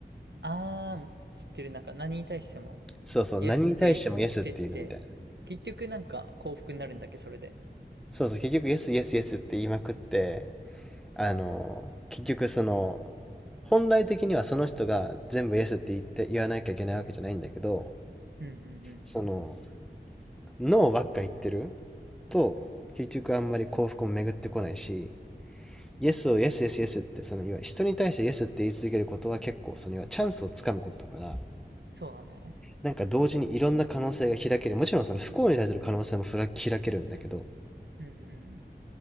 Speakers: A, on the right (about 85°); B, in the centre.
A: あー、知ってる。なんか何に対しても、
B: そうそう、
A: イエスって言ってて、
B: 何に対してもイエスっていうのみたいな。
A: 結局なんか幸福になるんだっけ、それで。
B: そうそう、結局イエスイエスイエスって言いまくって、あの、結局その、本来的にはその人が全部イエスって言って言わなきゃいけないわけじゃないんだけど、
A: うんうんうん。
B: その、ノーばっか言ってると、結局あんまり幸福も巡ってこないし、イエスをイエスイエスイエスってそのいわゆる人に対してイエスって言い続けることは結構そのいわゆるチャンスをつかむことだから
A: そうだね。
B: なんか同時にいろんな可能性が開けるもちろんその不幸に対する可能性も開けるんだけど
A: うん